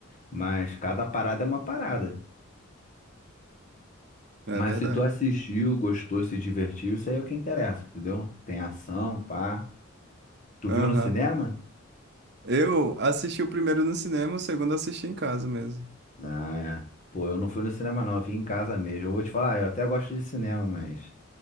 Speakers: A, on the left (about 35°); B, on the right (about 55°).
A: Mas cada parada é uma parada.
B: É
A: Mas
B: verdade.
A: se tu assistiu, gostou, se divertiu, isso aí é o que interessa, entendeu? Tem ação, pá. Tu
B: Aham.
A: viu no cinema?
B: Eu assisti o primeiro no cinema, o segundo eu assisti em casa mesmo.
A: Ah, é. Pô, eu não fui no cinema, não. Eu vim em casa mesmo. Eu vou te falar, eu até gosto de cinema, mas